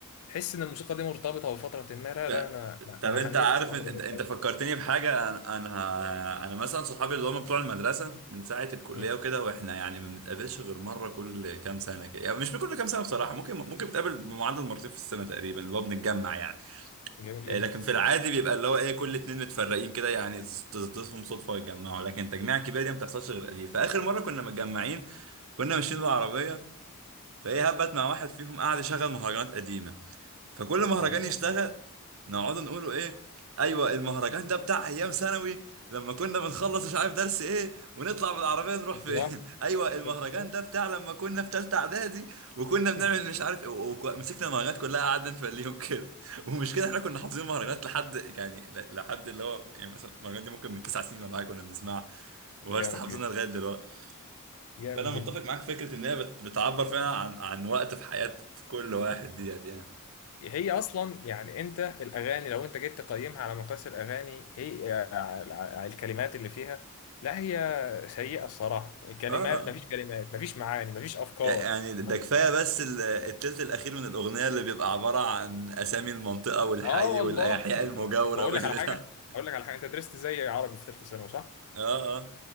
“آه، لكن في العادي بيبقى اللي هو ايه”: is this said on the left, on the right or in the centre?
Right